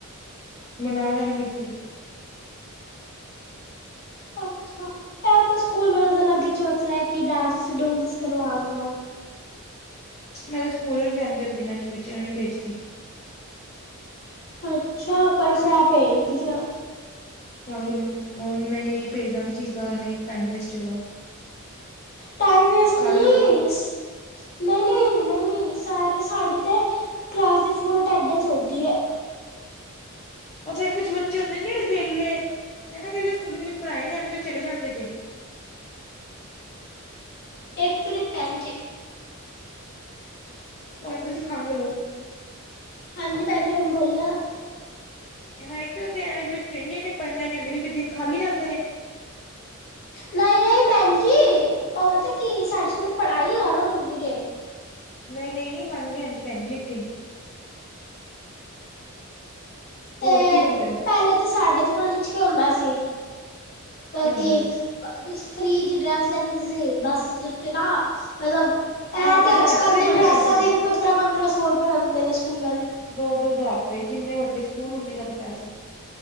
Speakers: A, on the left (about 30°); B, on the left (about 45°).
A: ਮਨਾ ਲੈਣਾ ਫੇਰ ਤੁਸੀਂ।
B: ਅੱਛਾ ਇਹ ਤਾਂ ਸਕੂਲ ਵਾਲੇ ਦਾ ਅਲੱਗ ਈ ਚੋਚਲਾ ਕਿ ਡਾਂਸ ਡੂੰਸ ਕਰਵਾਨਾ।
A: ਮੈਂ ਤਾਂ ਸਕੂਲ ਨੀ ਜਾਂਦੀ ਹੁੰਦੀ ਨਾ <unintelligible> ਬੱਚਿਆਂ ਨੂੰ ਨੀ ਭੇਜਦੀ।
B: ਅੱਛਾ ਪਰ ਮੈਂ ਭੇਜਦੀ ਆ।
A: ਪਾਗਲ ਹੋ ਫੇਰ ਨਹੀਂ ਭੇਜਣਾ ਨੀ ਚਾਹੀਦਾ ਇਹ ਟਾਈਮ ਵੇਸਟ ਹੈਗਾ।
B: ਟਾਈਮ ਵੇਸਟ ਨੀ
A: ਲੋ।
B: ਨਹੀਂ ਨਹੀਂ ਨਹੀਂ ਨਹੀਂ ਸਾਰੇ ਸਾਡੇ ਤੇ ਕਲਾਸ ਦੀ ਫੁੱਲ ਅਟੈਂਡੈਂਸ ਹੁੰਦੀ ਐ
A: ਉਹ ਫੇਰ ਕੁਛ ਬੱਚੇ ਹੁੰਦੇ ਨੇ ਜਿਹੜੇ ਵੇਹਲੇ ਕਿਉਂਕਿ ਸਕੂਲ ਦੇ ਵਿੱਚ ਪੜ੍ਹਾਾਈ ਜਾਂਦੇ ਚਲੇ ਜਾਂਦੇ ਜੇ।
B: ਇੱਕ ਮਿੰਟ ਭੈਣ ਜੀ।
A: ਕੋਈ ਨੀ ਤੁਸੀਂ ਖੰਘ ਲੋੋ।
B: ਹਾਂਜੀ ਭੈਣ ਜੀ ਹੁਣ ਬੋਲਣਾ।
A: <inaudible> ਇਵੇਂ ਜਿਵੇ ਬੱਚੇ ਨੇ ਜਿਹਨੇ ਪੜਨਾ ਨੀ ਹੁੰਦਾ ਕਿਉਂਕਿ ਦਿਨ ਖਾਲੀ ਜਾਂਦੇ ਨੇ।
B: ਨਹੀਂ ਨਹੀਂ ਭੈਣ ਜੀ ਉਹ ਪਤਾ ਕੀ ਸਾਡੇ ਸਕੂਲ ਪੜ੍ਹਾਈ ਹਰ ਰੋਜ਼ ਹੁੰਦੀ ਜੇ।
A: ਨਹੀਂ ਨਹੀਂ ਨਹੀਂ ਹਾਂਜੀ ਹਾਂਜੀ ਭੈਣ ਜੀ ਅੱਗੇ
B: ਤੇ
A: ਹੋਰ ਕੀ ਕਰਦੇ ਓ?
B: ਪਹਿਲੇ ਤੇ ਸਾਡੇ ਜ਼ਮਾਨੇ ਚ ਕੀ ਹੁੰਦਾ ਸੀ।
A: ਕੀ
B: ਐ
A: ਹੁੰਦਾ
B: ਕੇ
A: ਸੀ
B: ਫਰੀ ਦੀ ਡਰੈਸ ਦਾ ਤੇ ਤੁਸੀਂ ਬਸ ਤ ਚੜਾ ਮਲਬ
A: ਹੁਣ
B: ਐ ਤੇ
A: ਡਰੈਸ
B: ਅੱਜ-ਕੱਲ੍ਹ
A: ਦੇ
B: ਤੇ
A: ਬੜੇ
B: ਡਰੈਸਾਂ
A: ਪੈਸੇ ਨੇ
B: ਦੇ ਵੀ ਪੰਦਰਾਂ-ਪੰਦਰਾਂ ਸੌ ਰੁਪਏ ਮੰਗਦੇ ਨੇ ਸਕੂਲ ਵਾਲੇ।
A: ਦੋ-ਦੋ ਜ਼ਾਰ ਰੁਪਏ ਜਿੰਨੇ ਵੱਡੇ ਸਕੂਲ ਉਨੇ ਜੈਦਾ ਪੈਸੇ।